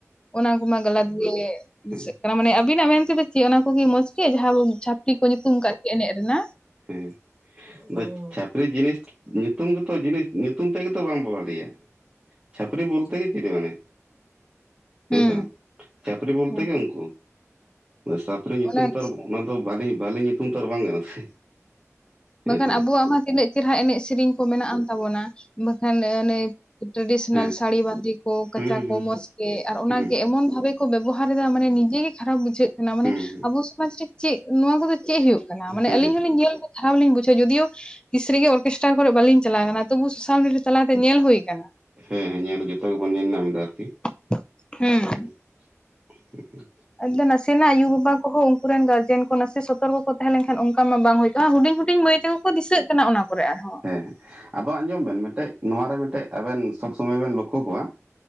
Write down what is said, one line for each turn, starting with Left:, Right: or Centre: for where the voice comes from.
Left: ᱚᱱᱟ ᱠᱚᱢᱟ ᱜᱟᱞᱟᱫᱽ ᱜᱤᱞ
Right: ᱦᱮᱸ
Left: ᱾ ᱥᱮᱠᱲᱟ ᱢᱟᱱᱮ ᱟᱵᱤᱱᱟᱜ ᱢᱮᱱ ᱛᱮᱫᱚ ᱪᱮᱜ ᱚᱱᱟ ᱠᱚᱜᱮ ᱢᱚᱸᱡᱽ ᱜᱮ ᱡᱟᱦᱟᱸ ᱟᱵᱳ ᱪᱷᱟᱯᱨᱤ ᱠᱚ ᱧᱩᱛᱩᱢ ᱠᱟᱜ ᱮᱱᱮᱡ ᱨᱮᱱᱟᱜ?
Right: ᱦᱮᱸ-ᱮᱜ ᱾ ᱥ-ᱟ, ᱦᱮᱹᱞᱳ ᱪᱷᱟᱯᱨᱤ ᱡᱤᱱᱤᱥ ᱧᱩᱛᱩᱢ ᱜᱮᱛᱚ ᱡᱤᱱᱤᱥ ᱧᱩᱛᱩᱢ ᱛᱮᱜᱮᱛᱚ ᱵᱟᱝ ᱵᱚᱦ ᱲᱮᱭᱟ ᱾ ᱪᱷᱟᱯᱨᱤ ᱵᱚᱞᱛᱮᱹ ᱜᱮ ᱪᱤᱞᱤ ᱢᱟᱱᱮ ᱦᱮᱸᱥᱮ
Left: ᱦᱩᱸ
Right: ᱵᱟᱝ, ᱪᱷᱟᱯᱨᱤ ᱵᱚᱞᱛᱮᱹ
Left: ᱦᱮᱸ
Right: ᱜᱮ ᱩᱱᱠᱩ ᱥᱟᱯᱨᱤ ᱧᱩᱛᱩᱢ
Left: ᱚᱱᱟ
Right: ᱛᱚ
Left: ᱜᱮᱥᱮ᱾
Right: ᱟᱨ ᱚᱱᱟ ᱛᱚ ᱵᱟᱞᱤ-ᱵᱟᱞᱤ ᱧᱩᱛᱩᱢ ᱛᱚ ᱟᱨ ᱵᱟᱝ ᱠᱟᱱᱟ ᱥᱮ! ᱦᱮᱸ
Left: ᱵᱟᱠᱷᱟᱱ
Right: ᱥᱮ ᱵᱟᱝ
Left: ᱟᱵᱚᱣᱟᱜ ᱢᱟ ᱛᱤᱱᱟᱹᱜ ᱪᱮᱨᱦᱟ ᱮᱱᱮᱡ, ᱥᱤᱨᱤᱧ ᱠᱚ ᱢᱮᱱᱟᱜ ᱟᱱ ᱛᱟᱵᱚᱱᱟ, ᱵᱟᱠᱷᱟᱱ ᱚᱱᱮ ᱴᱨᱮᱰᱤᱥᱱᱟᱞ
Right: ᱦᱩᱸ ᱦᱮᱸ
Left: ᱥᱟᱲᱤ ᱵᱟᱸᱫᱮ ᱠᱚ, ᱠᱟᱪᱟ
Right: ᱦᱩᱸ
Left: ᱠᱚ, ᱢᱚᱸᱡᱽ ᱜᱮ ᱟᱨ ᱚᱱᱟᱜᱮ
Right: ᱦᱩᱸ
Left: ᱮᱢᱚᱱ ᱵᱷᱟᱵᱮ ᱠᱚ ᱵᱮᱵᱚ ᱦᱟᱨᱮ ᱫᱟ ᱢᱟᱱᱮ ᱱᱤᱡᱮ ᱜᱮ ᱠᱷᱟᱨᱟᱯ ᱵᱩᱡᱷᱟᱹᱜ ᱠᱟᱱᱟ, ᱢᱟᱱᱮ
Right: ᱦᱩᱸ ᱦᱩᱸ
Left: ᱟᱵᱚ ᱥᱚᱢᱟᱡᱽ ᱨᱮ ᱪᱮᱜ ᱱᱚᱣᱟ ᱠᱚ ᱫᱚ ᱪᱮᱜ ᱦᱳᱭᱳᱜ ᱠᱟᱱᱟ? ᱢᱟᱱᱮ
Right: ᱦᱩᱸ
Left: ᱟᱞᱤᱧ ᱦᱚᱸ ᱞᱤᱧ ᱧᱮᱞ ᱠᱷᱟᱣ ᱞᱤᱧ ᱵᱩᱡᱷᱟᱹ, ᱡᱩᱫᱤᱭᱳ ᱛᱤᱥ ᱨᱮᱜᱮ ᱚᱨᱠᱮᱥᱴᱟᱨ ᱠᱚᱨᱮᱜ ᱵᱟᱞᱤᱧ ᱪᱟᱞᱟᱣ ᱠᱟᱱᱟ᱾ ᱛᱩᱵᱩ ᱥᱟᱞ ᱢᱤᱰᱤ ᱛᱟᱞᱟᱛᱮ ᱧᱮᱞ ᱦᱩᱭ ᱠᱟᱱᱟ᱾
Right: ᱦᱮᱸ-ᱦᱮᱸ, ᱧᱮᱞ ᱡᱚᱛᱚ ᱜᱮᱵᱚᱱ ᱧᱮᱞ ᱱᱟᱢ ᱫᱟ ᱟᱨᱠᱤ᱾
Left: ᱛᱷᱳᱦ ᱦᱩᱸ᱾
Right: <inaudible>
Left: ᱮᱱᱛᱮ ᱱᱟᱥᱮᱱᱟᱜ ᱭᱩ, ᱵᱟᱵᱟ ᱠᱚᱦᱚ ᱩᱝᱠᱩ ᱨᱮᱱ ᱜᱟᱨᱡᱮᱱ ᱠᱚ, ᱱᱟᱥᱮ ᱥᱚᱛᱚᱨ ᱠᱚ-ᱠᱚ ᱛᱟᱦᱮᱸ ᱞᱮᱝᱠᱷᱟᱱ ᱚᱝᱠᱟ ᱢᱟ ᱵᱟᱝ ᱦᱩᱭ ᱠᱟ ᱦᱩᱰᱤᱧ-ᱦᱩᱰᱤᱧ ᱢᱟᱹᱭ ᱛᱮᱠᱚ ᱠᱚ ᱫᱤᱥᱟᱹᱜ ᱠᱟᱱᱟ ᱚᱱᱟ ᱠᱚᱨᱮ ᱟᱨᱦᱚᱸ!
Right: ᱮᱸ ᱦᱮᱸ, ᱟᱫᱚ ᱟᱸᱡᱚᱢ ᱵᱮᱱ, ᱢᱮᱴᱮᱡ ᱱᱚᱣᱟ ᱨᱮ, ᱢᱮᱴᱮᱡ ᱟᱵᱮᱱ ᱥᱚᱵᱽ ᱥᱚᱢᱚᱭ ᱵᱮᱱ ᱞᱚᱠᱠᱷᱚ ᱠᱚᱶᱟ